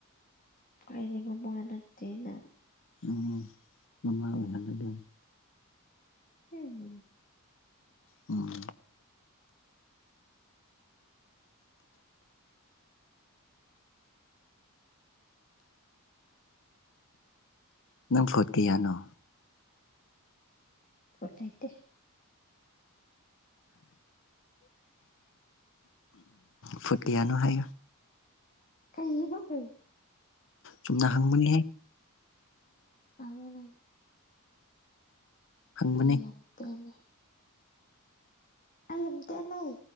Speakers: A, on the left; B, on the left.
A: ꯑꯩꯗꯤ ꯃꯃꯥ ꯅꯠꯇꯦꯅ
B: ꯑꯝ ꯃꯃꯥ ꯑ‌ꯣꯏꯍꯜ ꯂꯗ‌ꯣꯏ ꯅ‌ꯦ
A: ꯑ‌ꯦ
B: ꯎꯝ ꯅꯪ ꯐꯣꯠ ꯀꯌꯥꯅꯣ
A: ꯐꯣꯠ ꯂꯩꯇ‌ꯦ
B: ꯐꯨꯇ ꯀꯌꯥꯅ‌ꯣ ꯍꯥꯏꯌ‍ꯣ
A: ꯀꯥꯏꯕ ꯍꯣ
B: ꯆꯨꯝꯅ ꯍꯪꯕꯅꯦꯍꯦ
A: <unintelligible>
B: ꯍꯪꯕꯅꯦ
A: ꯑꯩ ꯌꯥꯝ ꯇ‌ꯦꯜꯂ‌ꯦ ꯑꯩꯒꯤꯗ ꯂꯩ